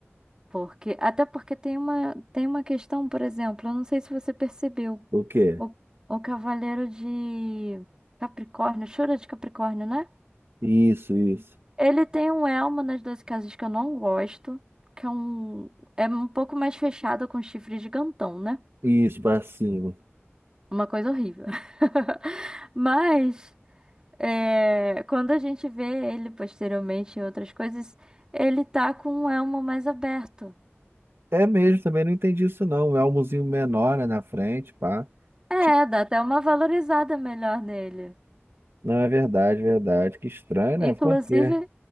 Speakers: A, on the right; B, on the right.
A: Porque, até porque tem uma, tem uma questão, por exemplo, eu não sei se você percebeu.
B: o quê?
A: O, o Cavaleiro de Capricórnio, Chora de Capricórnio, né?
B: Isso, isso.
A: Ele tem um elmo nas Doze Casas que eu não gosto, que é um, é um pouco mais fechado com chifre gigantão, né?
B: Isso, pra cima.
A: Uma coisa horrível. <laughs> Mas é, quando a gente vê ele posteriormente em outras coisas, ele tá com um elmo mais aberto.
B: É mesmo, também não entendi isso não. É um elmozinho menor, né, na frente, pá.
A: É,
B: Ti-
A: dá até uma valorizada melhor nele.
B: Não, é verdade, verdade. Que estranho,
A: Inclusive,
B: né? Por quê?